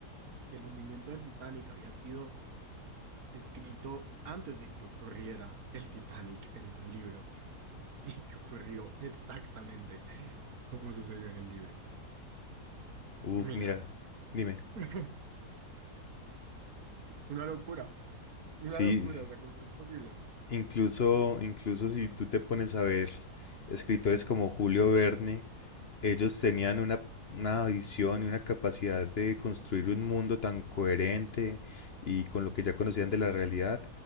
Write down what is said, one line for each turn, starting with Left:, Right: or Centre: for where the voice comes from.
Right: que el hundimiento del Titanic había sido escrito antes de que ocurriera el Titanic en un libro <laughs> y que ocurrió exactamente como sucedió en el libro.
Left: Uf,
Right: Mira,
Left: mira, dime.
Right: <laughs> una locura, una
Left: Sí,
Right: locura,
Left: sí.
Right: o sea, ¿cómo es posible?
Left: Incluso, incluso si tú te pones a ver escritores como Julio Verne, ellos tenían una, una visión y una capacidad de construir un mundo tan coherente y con lo que ya conocían de la realidad,